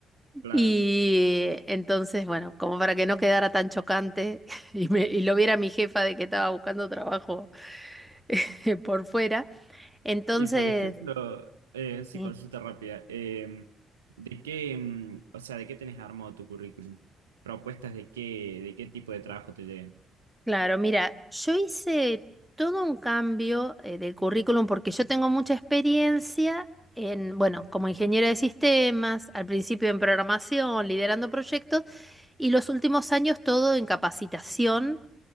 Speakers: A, on the right; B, in the centre.
A: claro.
B: Y entonces, bueno, como para que no quedara tan chocante <laughs> y, me- y lo viera mi jefa de que estaba buscando trabajo <laughs> por fuera. Entonces,
A: Y por ejemplo, eh, sí,
B: sí.
A: consulta rápida. eh, ¿de qué, mm, o sea, de qué tenés armado tu currículum? ¿Propuestas de qué, de qué tipo de trabajo te lleguen.
B: Claro, mira, yo hice todo un cambio eh, del currículum porque yo tengo mucha experiencia en, bueno, como ingeniero de sistemas, al principio en programación, liderando proyectos y los últimos años todo en capacitación